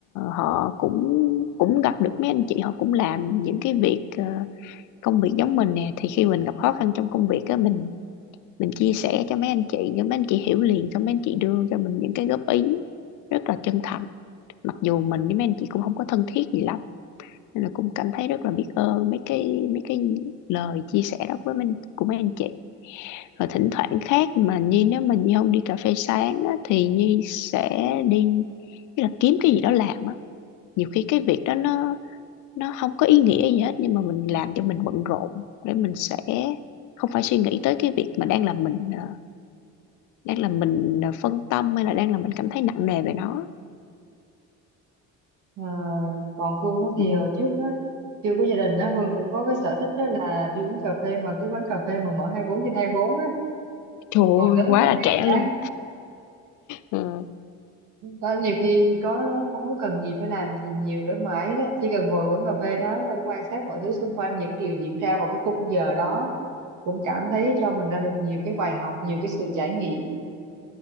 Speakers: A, on the left; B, on the right.
A: họ cũng cũng gặp được mấy anh chị họ cũng làm những cái việc ờ, công việc giống mình nè thì khi mình gặp khó khăn trong công việc á mình mình chia sẻ cho mấy anh chị cho mấy anh chị hiểu liền cho mấy anh chị đưa cho mình những cái góp ý rất là chân thành mặc dù mình với mấy anh chị cũng không có thân thiết gì lắm nên là cũng cảm thấy rất là biết ơn mấy cái mấy cái lời chia sẻ đó với mình của mấy anh chị rồi thỉnh thoảng khác mà Nhi nếu mà Nhi không đi cà phê sáng á, thì Nhi sẽ đi tức là kiếm cái gì đó làm á nhiều khi cái việc đó nó nó không có ý nghĩa gì hết nhưng mà mình làm cho mình bận rộn để mình sẽ không phải suy nghĩ tới cái việc mà đang làm mình ờ, đang làm mình ờ, phân tâm hay là đang làm mình cảm thấy nặng nề về nó
B: Ờ, còn Phương á thì
A: ừ.
B: hồi trước á chưa có gia đình á Phương cũng có cái sở thích đó là đi uống cà phê mà cái quán cà phê mà mở 24 trên 24 á
A: Trời
B: ngồi
A: ơi,
B: tới
A: quá
B: một
A: là
B: ngày
A: trẻ
B: là
A: luôn.
B: đấy
A: Ờ,
B: đó nhiều khi có không có cần gì phải làm gì nhiều để mãi đó chỉ cần ngồi quán cà phê đó thôi quan sát mọi thứ xung quanh những điều diễn ra vào cái khung giờ đó cũng cảm thấy cho mình ra được nhiều cái bài học nhiều cái sự trải nghiệm